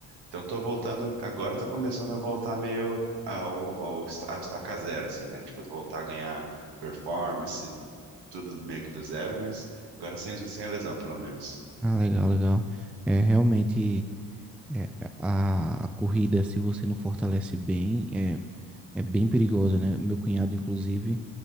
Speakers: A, on the right; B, in the centre.
A: Então tô voltando, agora tô começando a voltar meio ao, ao, esta- ao estaca zero, assim, né? Tipo, voltar a ganhar performance, tudo meio que do zero, mas agora sem, sem a lesão, pelo menos.
B: Ah, legal, legal. É realmente é, a, a corrida, se você não fortalece bem, é, é bem perigosa, né? Meu cunhado, inclusive,